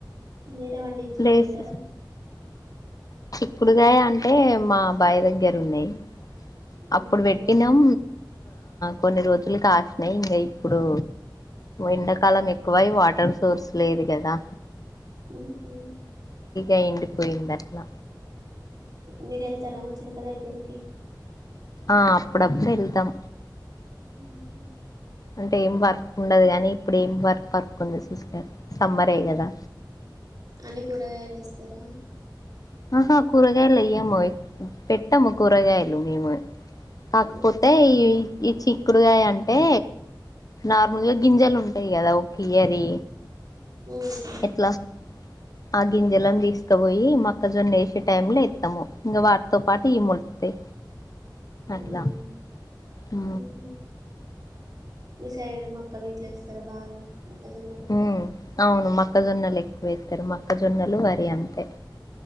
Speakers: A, on the right; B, on the left.
A: మీరే పండించుకని
B: ప్లేస్
A: తింటారా
B: చిక్కుడుకయ అంటే మా బాయి దగ్గర ఉన్నాయి అప్పుడు
A: ఉహు
B: పెట్టినాం
A: అవునా
B: కొన్ని రోజులు కాసినాయి ఇంకా ఇప్పుడు ఎండాకాలం ఎక్కువై వాటర్ సోర్స్ లేదు కదా
A: ఉఓహ
B: ఏండిపోయిందట్లా
A: మీరు వెళ్తారా వచ్చారు దగ్గరికి
B: ఆ అప్పుడప్పుడు వెళ్తాం
A: ఉహు
B: అంటే ఏం పర్క్ ఉండదు కాని ఇప్పుడేం వర్క్ పర్క్ ఉంది సిస్టర్ సమ్మరే కదా
A: అన్ని కూరగాయలు వేస్స్తారా
B: ఆహా కూరగాయలు అయ్యాము పెట్టాము కూరగాయలు మేము కాకపోతే
A: అవునా
B: ఈ ఈ చి చిక్కుడుగాయ అంటే నార్మల్ గా గింజలు
A: ఉమ్
B: ఉంటాయి కదా <unintelligible> వి
A: ఉమ్
B: ఎట్లా ఆ గింజలలను తీసుకపోయి మక్కజొన్న వేసే టై లో వేస్తాము ఇంకా వాటితో పాటు ఈ మొలితాయి అట్లా
A: అవునా
B: ఆ
A: ఉహు మీ సైడ్ మక్కలు వీట్లే వ ఇస్తారా బాగా మొక్కజొన్నలు
B: హ అవును మ మొక్కజొన్నలు ఎక్కువ ఇస్తారు మొక్కజొన్నలు వరి అంతే